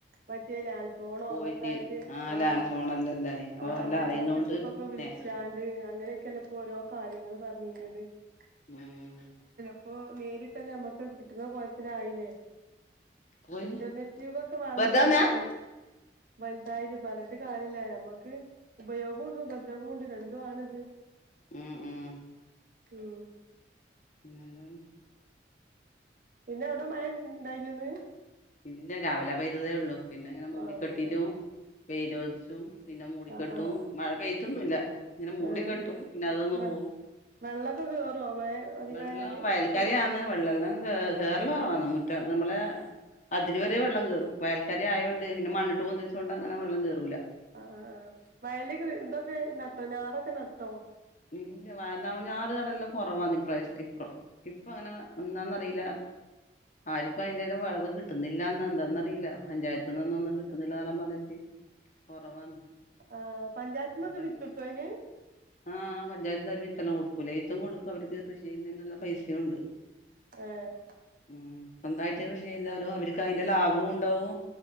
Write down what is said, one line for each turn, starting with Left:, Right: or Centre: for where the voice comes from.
Right: മറ്റേല്ല അൻ <unintelligible> പോണോ
Left: പോയിട്ട്
Right: അതൊക്കെ ആയിട്ട്
Left: ആ
Right: ആ്
Left: ലാൻഡ് ഫോണല്ലല്ലേ ഇപ്പൊ
Right: ആ
Left: എല്ലാം
Right: അയൽവക്കത്തക്കൊക്കെ
Left: അറിയുന്നോണ്ട്
Right: വിളിച്ചാണ്ട്
Left: നേരെ
Right: അങ്ങനെ ചിലപ്പോൾ ഓരോ കാര്യങ്ങളും പറണ അത <unintelligible>
Left: ഉം <unintelligible>
Right: അപ്പൊ നേരിട്ട്ന്നെ നമ്മക്ക് കിട്ടുന്ന കോലത്തില ആയില്ലേ
Left: പോയി
Right: ഇന്റർനെറ്റ് യുഗൊക്കെ വളർന്നു
Left: വെറുതെ
Right: വലുതായി
Left: വന്നാ
Right: <unintelligible> വലുതായിന് പറഞ്ഞിട്ട് കാരില്ല ഞമ്മക്ക് ഉപയോഗം ഉണ്ട് ഉപദ്രവവും ഉണ്ട് രണ്ടും ആണിത്.
Left: ഉം ഉം
Right: ഉം
Left: പിന്നത <unintelligible>
Right: പിന്നെ അവിടെ മയ ഉണ്ടായിന്ന് <unintelligible>
Left: ഇല്ല രാവിലെ പൈതതേ ഉള്ളു പിന്നെ അങ്ങനെ മൂടി
Right: ആണല്ലേ
Left: കെട്ടിട്ട <unintelligible> വെയിരോച്ചും <unintelligible> പിന്നെ മൂടിക്കെട്ടും
Right: ആഹ് ആഹ്
Left: മഴ പെയ്തൊന്നല്ല ഇങ്ങനെ മൂടി
Right: ഏഹ്
Left: കെട്ടും പിന്നെ അതൊങ്ങ്
Right: വെ
Left: പോകവും
Right: വെള്ളൊക്കെ കേറുവോ മഴ അധികായാല്
Left: വെള്ളം വയൽക്കാരി ആന്ന് <unintelligible> വെള്ളം എല്ലാം കേരളന്ന മുറ്റം നമ്മളെ <unintelligible> അതിര് വരെ വെള്ളം കറും വയൽക്കാെ ആയത്ണ്ട്ന്നെ മണ്ണിട്ട് പന്തിച്ചുകൊണ്ട് അങ്ങനെ വെള്ളം കയരുല്ല.
Right: ആ ആ ആ വയല് എന്തൊക്കെ നട്ടോ ഞാറൊക്കെ നട്ടോ
Left: ഇല്ല വ ഞാറ് നടല്ലാം കുറവാന്ന് ഇ പ്രാവശ്യം ഇപ്പം ഇപ്പൊ അങ്ങനെ ഒന്നാന്നറിയില്ല ആർക്കും അയിന്റേലും വിളവ് കിട്ടുന്നില്ലന്ന് എന്താന്നറിയില്ല പഞ്ചായത്തിനോന്നും ഒന്നും കിട്ടുന്നില്ലാം പറഞ്ഞിട്ട് കുറവാന്ന്
Right: ആ പഞ്ചാത്മക
Left: നടല്
Right: വിത്ത്ട്ടോ അയിന്
Left: ആഹ് പഞ്ചായത്തിന്ന് അവര് വിത്തെല്ലാം കൊടുക്കൂലെ വിത്തും കൊടുക്കും അവർക്ക് കൃഷി ചെയ്യുന്നതിനുള്ള പൈസയും ഉണ്ട്
Right: ഏഹ്
Left: ഉം സ്വന്തായിട്ട കൃഷി ചെയ്താലും അവര് അതിന്റെ ലാഭവും ഇണ്ടാവും